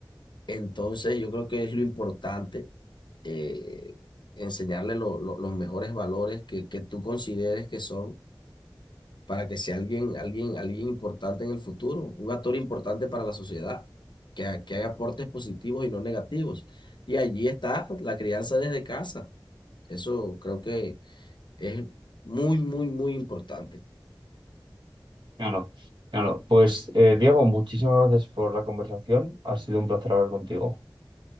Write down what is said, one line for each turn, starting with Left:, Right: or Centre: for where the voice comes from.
Left: Entonces, yo creo que es lo importante eh, enseñarle lo- lo- los mejores valores que, que tú consideres que son para que sea alguien, alguien, alguien importante en el futuro, un actor importante para la sociedad, que, ha- que haga aportes positivos y no negativos. Y allí está la crianza desde casa. Eso creo que es muy, muy, muy importante.
Right: Claro, claro. Pues, eh, Diego, muchísimas gracias por la conversación. Ha sido un placer hablar contigo.